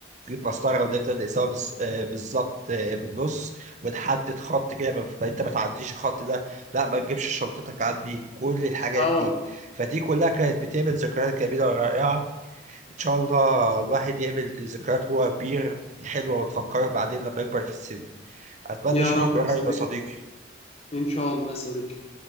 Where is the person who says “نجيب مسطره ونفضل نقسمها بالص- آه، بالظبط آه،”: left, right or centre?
Right